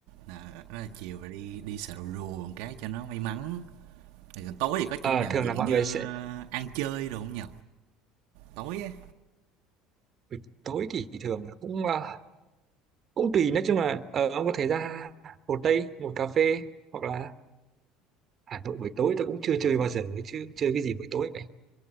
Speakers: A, on the right; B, on the right.
A: là rất là chiều rồi đi đi sờ rù rù một cái cho nó may mắn. Rồi còn tối thì có
B: Ờ,
A: chỗ nào
B: thường
A: dạng
B: là mọi
A: như,
B: người sẽ
A: a, ăn chơi đồ không nhỉ? Tối á,
B: buổi tối thì thường là cũng à, cũng tùy nói chung là ờ, ông có thể ra Hồ Tây một cà phê hoặc là Hà Nội buổi tối tôi cũng chưa chơi bao giờ ấy chứ chơi cái gì buổi tối